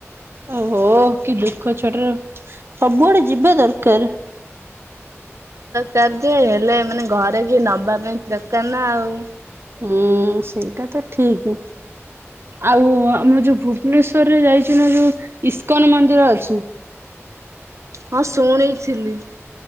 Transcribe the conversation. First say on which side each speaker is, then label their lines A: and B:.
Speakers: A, on the right; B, on the right.
A: ଓହୋ କି ଦୁଃଖ ଛୁଆଟାର। ସବୁଆଡେ ଯିବା ଦରକାର।
B: କାର୍ଯ୍ୟ ହେଲେ ମାନେ ଘରେ କିଏ ନବା ପାଇଁ ଦରକାର ନା ଆଉ।
A: ହୁଁ ସେଇଟା ତ ଠିକ। ଆଉ ମୁ ଯଉ ଭୁବନେଶ୍ଵରରେ ଯାଇଛୁ ନା ଯଉ ଇସ୍କନ ମନ୍ଦିର ଅଛି। <inaudible>
B: ହଁ ଶୁଣିଥିଲି।